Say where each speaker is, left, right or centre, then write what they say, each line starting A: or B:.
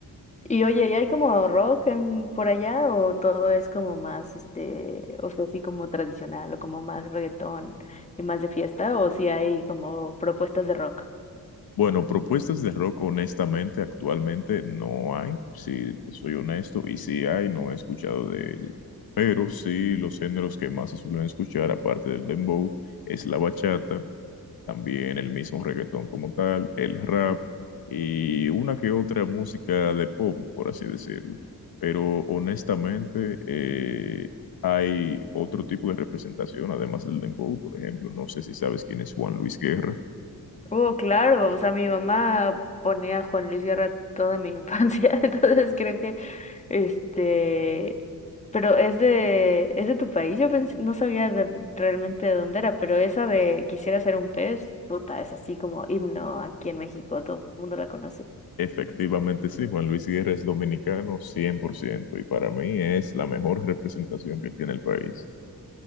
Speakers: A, on the left; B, on the left.
A: Y oye, ¿y hay como rock en, por allá o todo es como más, este, o sea, así como tradicional o como más reggaetón y más de fiesta o si hay como propuestas de rock?
B: Bueno, propuestas de rock honestamente actualmente no hay, si te soy honesto, y si hay, no he escuchado de ella. Pero sí, los géneros que más se suelen escuchar, aparte del dembow, es la bachata, también el mismo reggaetón como tal, el rap y una que otra música de pop, por así decirlo. Pero honestamente, eh, hay otro tipo de representación, además del dembow, por ejemplo. No sé si sabes quién es Juan Luis Guerra.
A: Oh, claro, o sea, mi mamá ponía a Juan Luis Guerra toda mi infancia, <laughs> entonces creo que, este, pero es de, es de tu país, yo pensé no sabía de- realmente de dónde era, pero esa de Quisiera ser un pez, puta, es así como himno aquí en México, todo el mundo la conoce.
B: Efectivamente, sí, Juan Luis Guerra es dominicano 100% y para mí es la mejor representación que tiene el país.